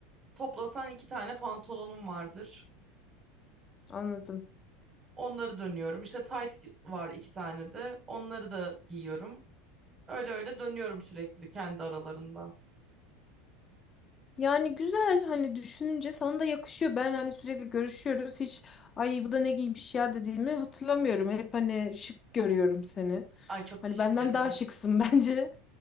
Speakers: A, on the right; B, on the left.
A: toplasan iki tane pantolonum vardır.
B: Anladım.
A: Onları dönüyorum. İşte tayt var iki tane de. Onları da giyiyorum. Öyle öyle dönüyorum sürekli kendi aralarında.
B: Yani güzel hani düşününce sana da yakışıyor. Ben hani sürekli görüşüyoruz. Hiç ay bu da ne giymiş ya dediğimi hatırlamıyorum. Hep hani şık görüyorum seni.
A: Ay çok
B: Hani
A: teşekkür
B: benden
A: ederim.
B: daha şıksın <laughs> bence.